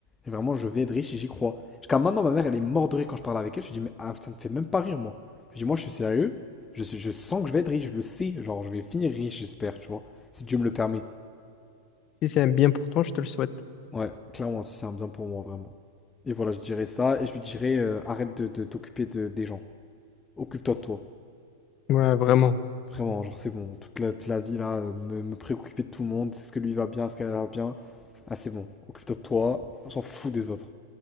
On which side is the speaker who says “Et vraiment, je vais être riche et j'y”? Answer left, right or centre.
Left